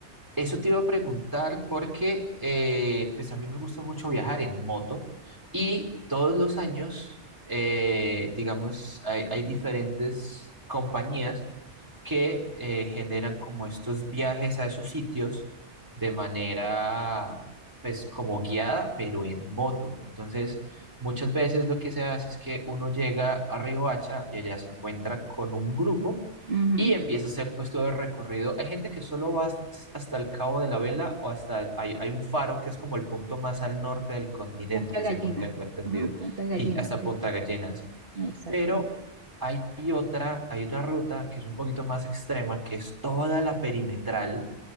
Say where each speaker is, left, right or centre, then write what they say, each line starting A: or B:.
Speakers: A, on the right; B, on the right.
A: eso te iba a preguntar porque eh, pues a mí me gusta mucho viajar en moto y todos los años, eh, digamos, hay, hay diferentes compañías que eh, generan como estos viajes a esos sitios de manera, pues como guiada, pero en moto. Entonces, muchas veces lo que se hace es que uno llega a Riohacha y allá se encuentra con un grupo
B: Ujú.
A: y empieza a hacer pues todo el recorrido. Hay gente que solo va hasta el Cabo de la Vela o hasta, el- hay, hay un faro que es como el punto más al norte del continente,
B: Punta Gallina,
A: según tengo entendido.
B: ajá, Punta Gallina
A: Sí, hasta
B: que le
A: Punta
B: dice,
A: Gallinas.
B: exactamente.
A: Pero hay otra, hay otra ruta que es un poquito más extrema, que es toda la perimetral